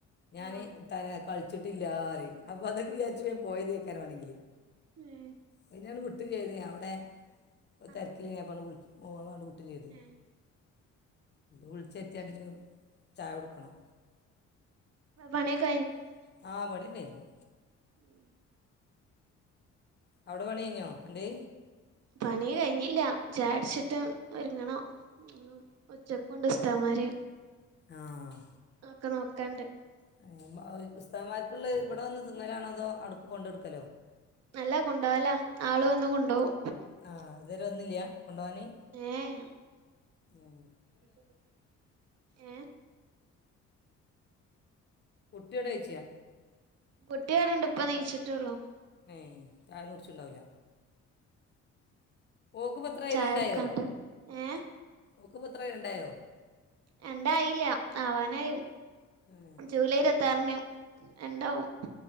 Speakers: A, on the left; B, on the right.
A: ഞാന്
B: ആഹ്
A: തരെ കളിച്ചിട്ടില്ലാറിയും അപ്പ അതൊക്കെ വിചാരിച്ച് പോയതേക്കാരം വേണങ്കില്.
B: ഉമ്
A: പിന്നാണ്ട് വിട്ടും ചെയ്ത് ഞാൻ അവടെ തിരക്കിലി
B: ആഹ്
A: അപാണ്ട് വി ഓളാണ്ട് വിട്ടും ചെയ്ത്
B: ഏഹ്
A: വിളിച്ച് വരുത്തിയാണ്ട്
B: അത് ശരി
A: ചായ കൊടുക്കണം
B: പണിയൊക്കെ
A: പണി ഒക്കെ കഴിഞോ ആഹ് പണി ഒക്കെ കഴിഞ്ഞ്.
B: ഉമ്
A: അവടെ പണി കഴിഞ്ഞോ അന്റെ.
B: പണി കഴിഞ്ഞില്ല. ചായകുടിച്ചിട്ടും ഒരുങ്ങണം. ഉം, ഉച്ചക്കുംണ്ട് ഉസ്താമാര്.
A: ആഹ്
B: അയ് ഒക്കെ നോക്കാണ്ട്.
A: <unintelligible> ഉസ്താദ് മാർക്ക്ള്ളെ ഇവിടെ വന്ന് തിന്നലാണോ അതോ അവ്ട്ക്ക് കൊണ്ട കൊടുക്കലോ
B: അല്ല, കൊണ്ടോവല ആള് വന്ന് കൊണ്ടോവും.
A: ആഹ്, ഇതുവരെ വന്നില്ല കൊണ്ടവാന്.
B: ഏ എം
A: ഉം.
B: <inaudible> ഏ.
A: കുട്ടിയോടെ യ്ച്ച.
B: കുട്ടി ഇവട്ണ്ട്, ഇപ്പ നീച്ചിട്ടൊള്ളു.
A: ഏ ചായ ഒന്നും കുടിച്ചിട്ടുണ്ടാവില്ല ഓക്ക് ഇപ്പൊ എത്രായി
B: ചായ
A: രണ്ടായോ?
B: എടുക്കാണ്ട് ഏ
A: ഓക്ക് ഇപ്പൊ എത്രായി രണ്ടായോ.
B: രന്റായില്ല, ആവാനായി
A: ഏ
B: ജൂലൈ ഇരുപത്താറിന് രന്റാവും.